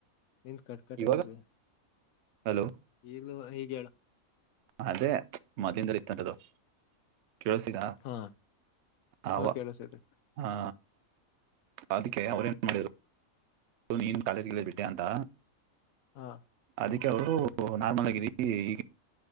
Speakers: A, on the left; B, on the right.
A: ನಿಂದ್ ಕಡ್ಕಟ್
B: ಇವಾಗ
A: ಐತೈತೆ
B: ಹಲೋ
A: ಈಗ ಹೇಳು
B: ಅದೇ ಮೊದ್ಲಿನ್ದನು ಇತ್ತು ಅದು ಕೇಲಿಸ್ತಿದ
A: ಹಾ
B: ಅವ
A: ಹ ಕೇಳಸೈತೆ
B: ಅ ಹಾ ಅದಕ್ಕೆ ಅವ್ರೇನು ಮಾಡರು ನೀನು ಕಾಲೇಜ್ಗೆ ಬಿಟ್ಟೆ ಅಂತ
A: ಹಾ
B: ಅದಕ್ಕೆ ಅವರು ನಾರ್ಮಲ್ ಆಗಿ ರೀ ಈಗ